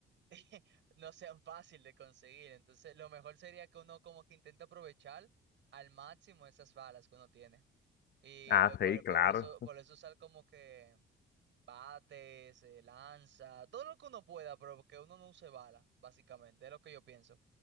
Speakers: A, on the right (about 70°); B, on the left (about 55°).
A: <laughs> no sean fácil de conseguir. Entonces, lo mejor sería que uno como que intente aprovechar al máximo esas balas que uno tiene. Y
B: Ah,
A: eh,
B: sí,
A: por,
B: claro.
A: por eso, por eso usar como que bates, eh, lanza, todo lo que uno pueda, pero que uno no use balas, básicamente, es lo que yo pienso.